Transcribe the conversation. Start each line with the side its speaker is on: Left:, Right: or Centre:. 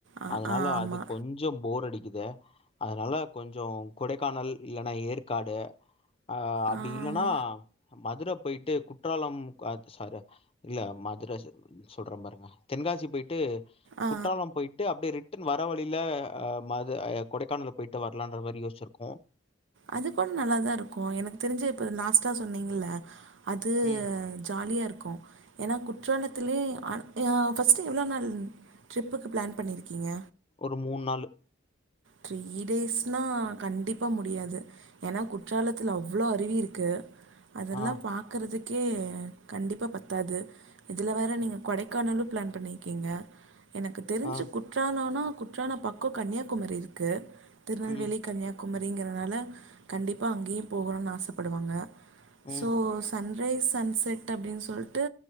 Right: ஆ
Left: அதனால
Right: ஆ ஆமா
Left: அது கொஞ்ச போர்டிக்கும் து அதனால கொஞ்ச சோம் கொடைக்கானல் இல்லைன்னா ஏற்காடு ஆஹ அப்படி
Right: ஆம்
Left: இல்லைன்னா மதுரை போயிட்டு குற்றாலம் சார இல்ல மதுரை சொல்றன் பாருங்க தென்காசி போயிட்டு
Right: ஆ ஆ
Left: குற்றாலம் போயிட்டு அப்படியே ரிட்டு வர வழியில ம து கொடைக்கானல் போயிட்டு வந் லாம் அந்த மாதிரி யோச்சிருக்கோம்
Right: அது கூட நல்லாதான் இருக்கு எனக்கு தெரிஞ்சு இப்ப லாஸ்டா சொன்னீங்கல்ல அது
Left: ம்
Right: ஜாலியாக இருக்கு ஏன்னா கு குற்றாலத்துலே ஃபர்ஸ்ட்டு எவ்வளோ நாள் ட்ரிப்புக்கு பிளான் பண்ணியிருக்கீங்க
Left: ஒரு மூணு நாலு
Right: த்ரீ டேஸ்னா கண்டிப்பா முடியாது ஏன்னா குற்றாலத்துல அவ்ளோ அருவி இருக்கு அதெல்லாம்
Left: ஆ
Right: பாக்குறதுக் கே கண்டிப்பா பத்தாது இதுல வேற நீங்க கொடைக்கானலும் பிளான் பண்ணிருக்கீங்க எனக்கு தெரிஞ்சு
Left: ஆ
Right: குற்றாலம்னா குற்றாலம் பக்கம் கன்னியாகுமரி இருக் குது திருநெல்வேலி
Left: ம்
Right: கன்னியாகும ரிங்கிறதுனால கண்டிப்பா அங்கேயும் போகணும்னு ஆசைப்படுவாங்க
Left: ம்
Right: ஸோ சன் ரைஸ் சன் செட் அப்படின்னு சொல்லிட்டு